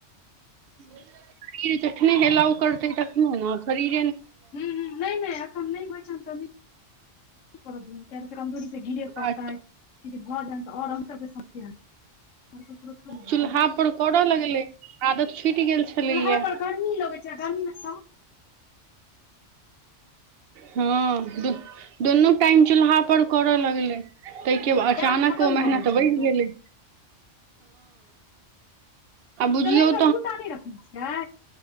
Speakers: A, on the right; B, on the left.
A: शरीर जखने एलाउ करतै तखने ने शरीर
B: हुँ हुँ, नै, नै एखन नहि होइ छनि से नीके कर दियौन कमजोरी से गिरे पड़तै
A: आ
B: किछु भ जेन तऽ आओर आन सब के समस्या ककरो थोड़े हेतै
A: चूल्हा पर करय लगलै आदत छुटि गेल छलैया
B: चूल्हा पर गर्मी लगै छै, आ गर्मी में सं
A: हँ द दुनू टाइम चूल्हा पर करऽ लगले ताहि के अचानक
B: गैस खतम
A: ओ मेहनत
B: भऽ गेल छलै
A: बैढ़ गेलय
B: सिलेंडर
A: बुझियौ
B: दू टा नहि रखने छियै।